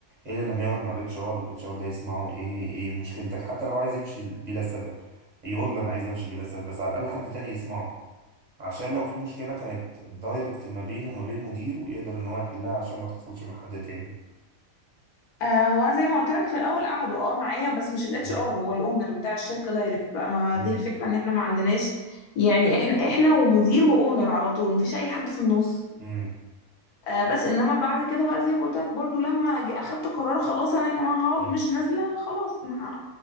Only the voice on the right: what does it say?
إلا لما يقعد مع الاتش ار والاتش ار ده يسمعه إيه إيه مشكلتك حتى لو عايز يمشي بلا سبب يقول له أنا عايز أمشي بلا سبب بس على الأقل حد تاني يسمعه عشان لو في مشكلة كانت دايركت ما بينه وما بين مديره ويقدر إن هو يحلها عشان ما تحصلش مع حد تاني.
مم.
مم.
مم.
مم.